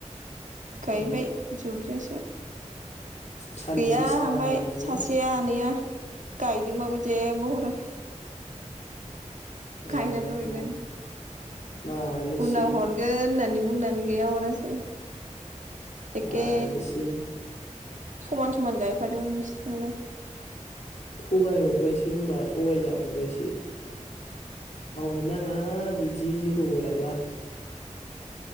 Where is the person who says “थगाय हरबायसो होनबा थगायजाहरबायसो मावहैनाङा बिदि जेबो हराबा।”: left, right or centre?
Left